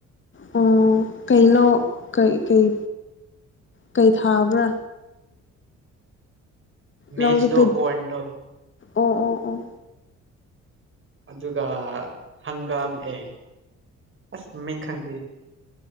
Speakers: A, on the left; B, on the right.
A: ꯑꯣ ꯀꯩ ꯂꯣ ꯀꯩ ꯀꯩ ꯀꯩ ꯊꯥꯕ꯭ꯔꯥ
B: ꯃꯦꯖ
A: ꯂꯧꯗꯣ ꯄꯦ
B: ꯗꯣ ꯀꯣꯔꯟꯗꯣ
A: ꯑꯣ ꯑꯣ ꯑꯣ
B: ꯑꯗꯨꯒ ꯍꯪꯒꯥꯝ ꯑꯦ ꯑꯁ ꯃꯃꯤꯡ ꯈꯪꯗꯦ